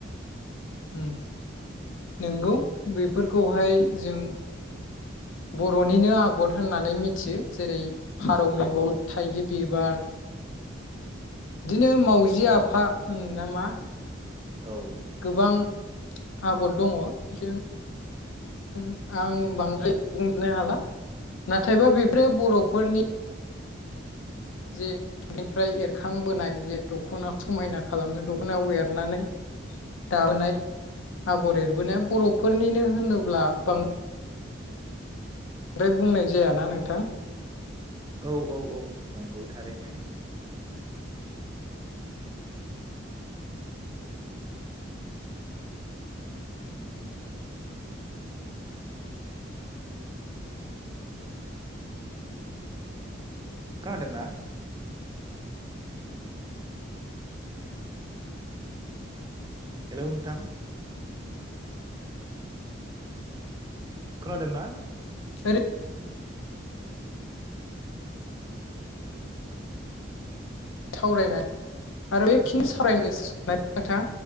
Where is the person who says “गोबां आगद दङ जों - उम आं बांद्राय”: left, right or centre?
Left